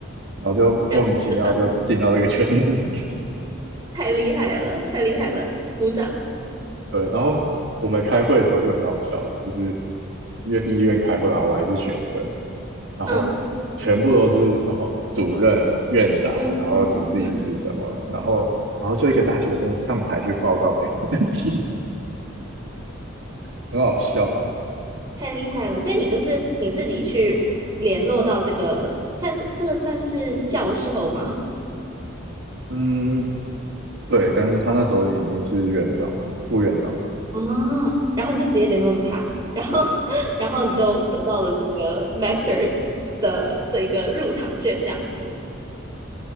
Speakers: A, on the right (about 65°); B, on the right (about 20°).
A: 然后就莫名其妙就进到这个圈子里。
B: 然后。就上。太厉害了，太厉害了，鼓掌。
A: 对，然后我们开会的时候就很好笑，就是因为医院开会嘛，我还是学生，然后全部都是然后主任、
B: 嗯
A: 院长，
B: 嗯嗯，
A: 然后主治医师什么，
B: 嗯
A: 然后然后就一个大学生上台去报告给他们听，<laughs> 很好笑。
B: 太厉害了。所以你就是你自己去联络到这个，算是这个算是教授吗？
A: 嗯，对，但是他那时候已经是院长、副院长了。
B: 哦，然后你就直接联络到他，然后 <laughs> 然后你就得到了这个 Masters 的的一个入场券，这样子。